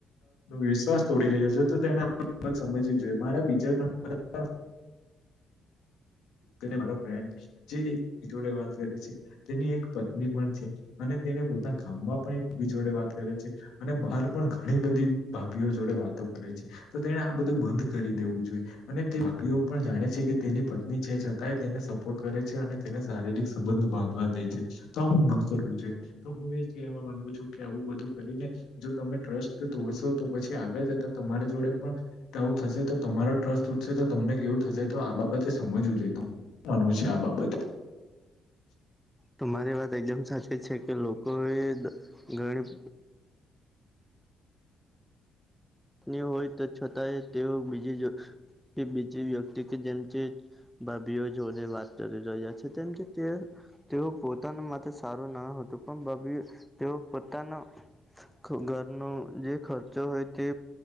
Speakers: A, on the left (about 80°); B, in the centre.
A: વિશ્વાસ તોડી રહ્યો છે, તો તેને સમજવી જોઈએ, મારા બીજાણા બધા મારો ફ્રેન્ડ છે, એ એની જોડે વાત કરે છે. તેની એક પત્ની પણ છે, અને તેને પોતાના ગામમાં પણ એકબી જોડે વાત કરે છે. અને બહાર પણ ઘણી બધી ભાભીઓ જોડે વાતો કરે છે, તો તેને આ બધું બંધ કરી દેવું જોઈએ. અને તે ભાભીઓ પણ જાણે છે કે, તેની પત્ની છે, છતાંય તેને સપોર્ટ કરે છે, અને તેને શારીરિક સંબંધ બાંધવા દે છે. તો આવું ન કરવું જોઈએ તો, હું એ જ કેહવા માંગુ છું કે, આવું બધું કરીને. જો તમે ટ્રસ્ટ તોડશો તો, પછી આગળ જતા તમારી જોડે પણ તે આવું થશે, તો તમારો ટ્રસ્ટ તૂટશે, તો તમને કેવું થશે, તો આ બાબતે સમજવું જોઈ તમ માનવું છે, આ બાબતે
B: તમારી વાત એકદમ સાચી છે કે, લોકોએ દ ગણી ની હોય તે, છતાંય તેઓ બીજી જો તે, બીજી વ્યક્તિથી જેમ કે ભાભીઓ જોડે વાત કરી રહ્યા છે, કેમ કે તે તેઓ પોતાના માટે સારું ન હતું, પણ ભાભીઓ તેઓ પોતાનું ઘરનો જે ખર્ચો હોય તે